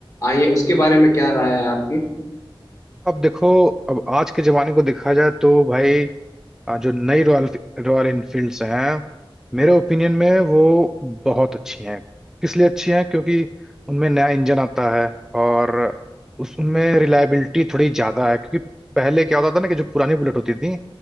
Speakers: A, on the left; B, in the centre.
A: आई है उसके बारे में क्या राय है आपकी
B: अब देखो अब आज के जमाने को देखा जाए तो भाई आ, जो नई रॉयल रॉयल इनफील्ड्स हैं मेरे ओपिनियन में वो बहुत अच्छी हैं किस लिए अच्छी हैं क्योंकि उनमें नया इंजन आता है और उस उनमें रिलायबिलिटी थोड़ी ज़्यादा है क्योंकि पहले क्या होता था ना कि जो पुरानी बुलेट होती थी